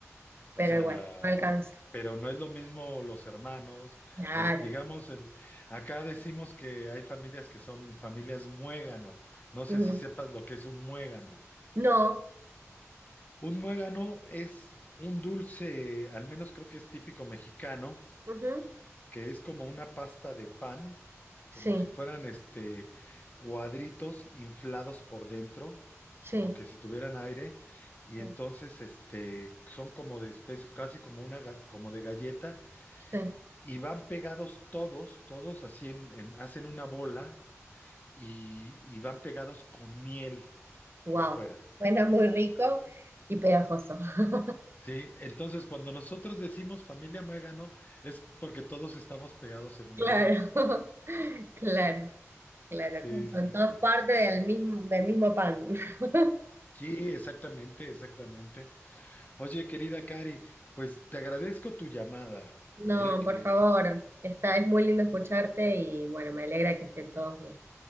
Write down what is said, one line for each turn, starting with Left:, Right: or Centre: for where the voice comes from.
Left: O
Right: Pero
Left: sea,
Right: igual, no alcanza.
Left: pero no es lo mismo los hermanos,
Right: Claro.
Left: el, digamos, el, acá decimos que hay familias que son familias muégano. No sé
Right: Ujú.
Left: si sepas lo que es un muégano.
Right: No.
Left: Un muégano es un dulce, al menos creo que es típico mexicano,
Right: ujú,
Left: que es como una pasta de pan,
Right: Sí,
Left: como si fueran este cuadritos inflados por dentro,
Right: sí,
Left: como que si tuvieran aire, y
Right: sí,
Left: entonces este son como de especie, casi como una ga- como de galleta
Right: sí.
Left: y van pegados todos, todos así en, en- hacen una bola y, y van pegados con miel
Right: wow.
Left: por fuera.
Right: Suena muy rico y pegajoso. <laughs>
Left: Sí, entonces cuando nosotros decimos familia Muégano es porque todos estamos pegados en una
Right: Claro,
Left: bola.
Right: <laughs> claro, claro,
Left: Sí,
Right: claro.
Left: sí,
Right: Son todos
Left: sí.
Right: parte del mismo, del mismo pan. <laughs>
Left: Sí, exactamente, exactamente. Oye, querida Cari, pues te agradezco tu llamada.
Right: No,
Left: Mira que,
Right: por favor. Está, es muy lindo escucharte y bueno, me alegra que estén todos bien.